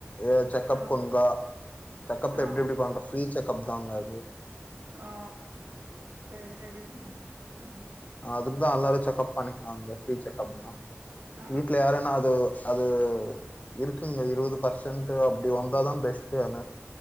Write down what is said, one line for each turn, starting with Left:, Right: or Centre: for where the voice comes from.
Left: ஏது செக்கப்
Right: ஆ
Left: வந்தா செக்கப்கு
Right: ஆ
Left: எப்டி எப்டி பண்ற ஃப்ரீ செக்கப் தாங்க அது
Right: ஆ சேரி சேரிங்க ம்
Left: அதுக்குதா எல்லாரு செக்கப் பண்ணிக்குனாங்க ஃப்ரீ செக்கப் தா
Right: ஆ
Left: வீட்டுல யாருனா அது அது இருக்குங்க இருபது பர்சன்ட் அப்படி வந்தா தா பெஸ்ட்டு